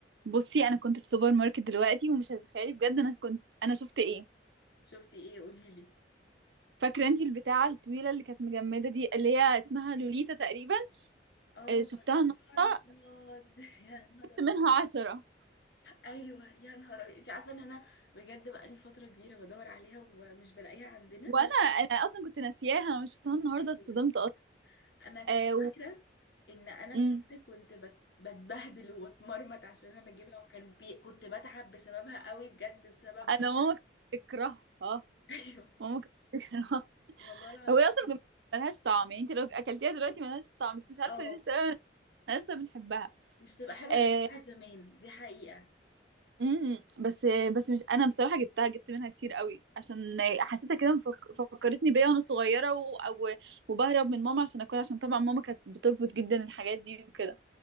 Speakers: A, on the right; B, on the left.
A: بصي انا كنت في سوبر ماركت دلوقتي ومش هتتخيلي بجد انا كنت انا شفت ايه
B: شفتي ايه قوليلي
A: فاكره انتي البتاعه الطويله اللي كانت مجمده دي اللي هي اسمها لوليتا تقريبا
B: اه
A: آه، شفتها
B: يا
A: النهارده
B: نهار ابيض <laughs> يا نهار
A: جبت
B: ابيض
A: منها عشرة
B: ايوه يا نهار ابيض انت عارفه ان انا بجد بقالي فتره كبيره بدور عليها ومش بلاقيها عندنا
A: وانا انا اصلا كنت ناسياها انا مش شفتها النهارده
B: ايوه
A: اتصدمت اصلا
B: انا كنت
A: آه و...
B: فاكره ان انا
A: مم.
B: بجد كنت بت- بتبهدل وبتمرمط عشان انا بجيبها وكان بي... كنت بتعب بسببها قوي بجد بسبب
A: انا ماما كانت بتكرهها
B: <laughs> ايوه
A: ماما كانت بتكرهها
B: والله
A: <laughs>
B: العظيم
A: هو هي اصلا بجد ملهاش طعم يعني انت لو اكلتيها دلوقتي ملهاش طعم بس مش عارفه
B: اه
A: ليه السبب انا لسه بنحبها
B: مش تبقى حلوه
A: آه،
B: زي بتاعت زمان دي حقيقه
A: امم بس بس مش انا بصراحه جبتها جبت منها كتير قوي عشان حسيتها كده مفك... فكرتني بيا وانا صغيره و... أو... وبهرب من ماما عشان اكل عشان طبعا ماما كانت بترفض جدا الحاجات دي وكده